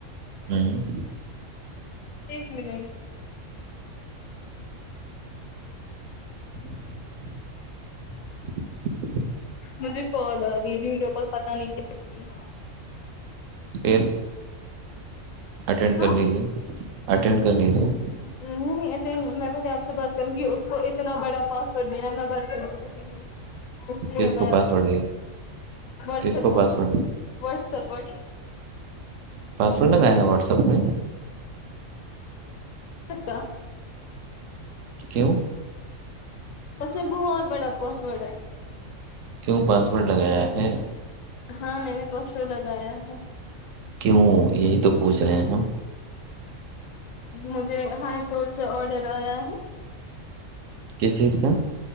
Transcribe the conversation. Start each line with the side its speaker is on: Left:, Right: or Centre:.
Right: ہوں
Left: ایک منٹ
Right: <inaudible>
Left: مجھے کال ہے دیلی ویڈیو کال پتا نہیں کی اس کی
Right: پھر اٹینڈ
Left: ہاں
Right: کر لیجیے اٹینڈ کر لیجیے
Left: میں پہل آپ سے بات کروں کہ اس کو اتنا بڑا پاسورڈ دینا ہے میں بات کر د رہی ہ اس لیے
Right: کس
Left: میں
Right: کو
Left: ابھی
Right: پاسورڈ ہے
Left: واٹسپ
Right: کس
Left: کو
Right: پاسورڈ ہے
Left: واٹسپ و
Right: پاسورڈ لگایا ہے واٹس ایپ میں
Left: کا
Right: ہ کی <unintelligible>
Left: پ بہت بڑا پوس بڑا
Right: کیوں پاسورڈ لگایا ہے
Left: ہاں میں نے پرسوں لگایا ہے
Right: کیوں یہی تو پوچھ رہے ہیں ہم
Left: مجھے ہائی کٹ سے آڈر آیا ہے
Right: کس چیز کا